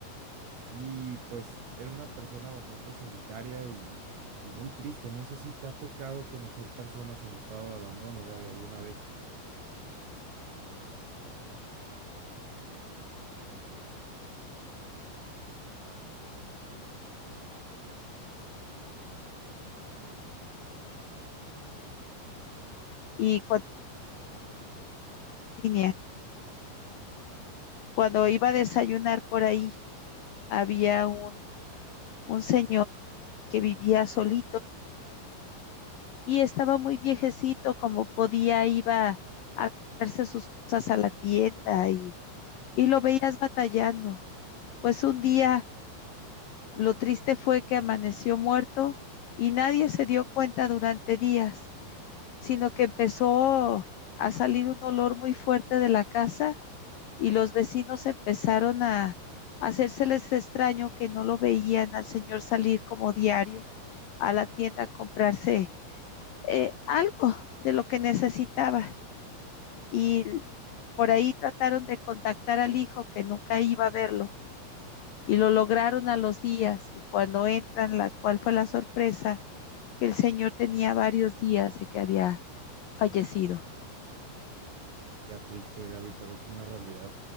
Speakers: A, on the right; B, on the left.
A: Y pues era una persona bastante solitaria y, y muy triste. No sé si te ha tocado conocer personas en estado de abandono, Gaby, alguna vez.
B: Y cuando, niña, cuando iba a desayunar por ahí, había un, un señor que vivía solito y estaba muy viejecito, como podía, iba a comprarse sus cosas a la tienda y, y lo veías batallando. Pues un día lo triste fue que amaneció muerto y nadie se dio cuenta durante días. sino que empezó a salir un olor muy fuerte de la casa y los vecinos empezaron a, a hacérseles extraño que no lo veían al señor salir como diario a la tienda a comprarse eh, algo de lo que necesitaba. Y por ahí trataron de contactar al hijo que nunca iba a verlo y lo lograron a los días y cuando entran, la cual fue la sorpresa que el señor tenía varios días de que había fallecido.
A: Mira, triste, Gaby, pero es una realidad.